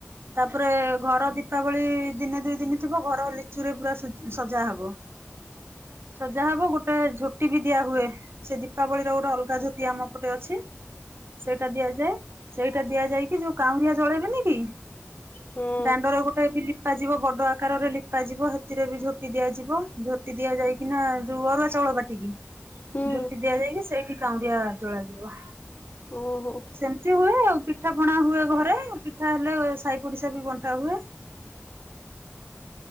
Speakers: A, on the right (about 55°); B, on the left (about 40°).
A: ତାପରେ ଘର ଦୀପାବଳି ଦିନେ ଦୁଇ ଦିନ ଥିବ ଘର ଲିଚୁ ରେ ପୁରା ସ ସଜା ହବ।
B: ହ <inaudible>
A: ସଜା ହବ ଗୋଟେ ଝୋଟି ବି ଦିଆ ହୁଏ ସେ ଦୀପାବଳି ର ଗୋଟେ ଅଲଗା ଝୋଟି ଆମ ପଟେ ଅଛି। ସେଇଟା ଦିଆଯାଏ ସେଇଟା ଦିଆଯାଇକି ଯୋଉ କାଉଁରିଆ ଜଳେଇବେନି କି?
B: ହଁ
A: ଦାଣ୍ଡରେ ଗୋଟେ ବି ଲିପା ଯିବ ବଡ ଆକାରରେ ଲିପାଯିବ ସେଥିରେ ବି ଝୋଟିି ଦିଆଯିବ। ଝୋଟି ଦିଆଯାଇକି ନା ଯୋଉ ଅରୁଆ ଚାଉଳ ପାଟିିକି
B: ହୁଁ
A: ଝୋଟି ଦିଆଯାଇକି ସେଇଠି କାଉଁରିଆ ଜଳାଯିବ
B: ଓହୋ।
A: ସେମିତି ହୁଏ ଆଉ ପି ପିଠା ପଣା ହୁଏ ଘରେ ପିଠା ହେଲେ ସାଇ ପଡିଶା ବି ବଣ୍ଟା ହୁଏ।